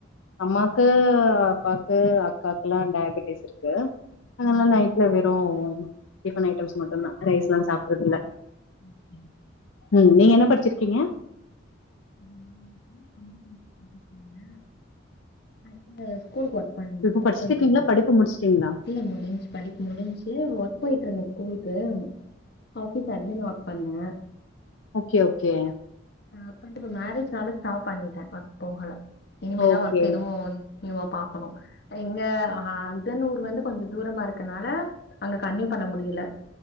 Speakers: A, on the left; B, on the left.
A: அம்மாக்கு அப்பாக்கு அக்காக்கெல்லா டயாபட்டிஸ் இருக்கு அத்னாலா
B: ஆ
A: நைட்ல வெறு டிஃபன் ஐட்டம்ஸ் மட்டுந்தா ரைஸ் எல்லா சாப்பட்றது இல்ல
B: <inaudible>
A: ம் நீங்க என்ன படிச்சிருக்கீங்க
B: நா வந்து கம்பியூட்டர் சயின்ஸ் பண்ணிருக்கங்க அடுத்த ஸ்கூலுக்கு ஒர்க் பண்
A: இப்ப
B: ஒர்க்
A: படிச்சுட்டு
B: போயிட்ருந்தே
A: இருக்கீங்களா படிப்பு முடிச்சுட்டீங்களா
B: இல்ல முடிஞ்சு படிப் முடிஞ்சு ஒர்க் போயிட்ருந்தே ஸ்கூலுக்கு ஆபீஸ் அட்மினா ஒர்க் பண்ணே
A: ஓகே ஓகே
B: நா அப்பந்துப்ப மேரேஜ்னால ஸ்டாப் பண்ணிட்டே ஒர்க் போகல இனிமேதா
A: ஓகே
B: ஒர்க் எதுவு நீயூவா பாக்கணு எங்க அந்தனூர் வந்து கொஞ்சோ தூரமா இருக்கனால அங்க கன்னியூ பண்ண முடியல